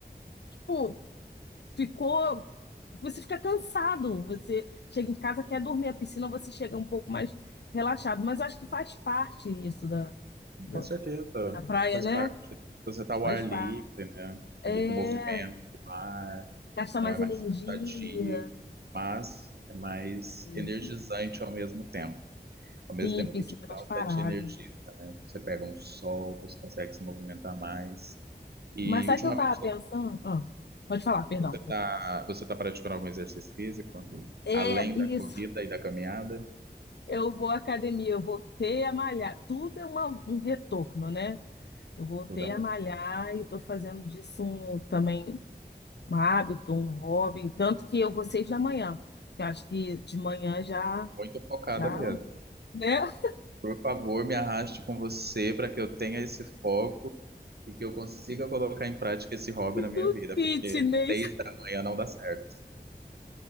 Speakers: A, on the left; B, on the right.
A: tipo, ficou você fica cansado, você chega em casa, quer dormir, a piscina você chega um pouco mais relaxado, mas acho que faz parte isso da,
B: E,
A: da,
B: Com certeza,
A: da praia,
B: faz
A: né?
B: parte. Você tá ao
A: Faz
B: ar livre,
A: parte.
B: né?
A: É,
B: Ali com o movimento do mar,
A: gasta
B: então
A: mais
B: é mais
A: energia,
B: cansativo, mas é mais
A: sim,
B: energizante ao mesmo tempo. Ao mesmo
A: sim,
B: tempo
A: piscina
B: que te
A: é mais
B: dá, até
A: parado.
B: te energiza, né? Você pega um sol, você consegue se movimentar mais. E
A: Mas sabe
B: ultimamente
A: o que eu tava
B: você
A: pensando? Ah, pode falar, perdão,
B: você
A: pode
B: tá,
A: falar.
B: você tá praticando algum exercício físico?
A: É
B: Além
A: isso.
B: da corrida e da caminhada?
A: Eu vou à academia, eu voltei a malhar. Tudo é uma- um retorno, né? Eu voltei
B: Tudo é um-
A: a malhar e estou fazendo disso um- também um hábito, um hobby, tanto que eu vou seis da manhã. Eu acho que de manhã já,
B: muito focada
A: já,
B: mesmo.
A: né? <laughs>
B: Por favor, me arraste com você para que eu tenha esse foco e que eu consiga colocar em prática esse hobby na minha
A: Do
B: vida,
A: fitness.
B: porque seis da manhã não dá certo.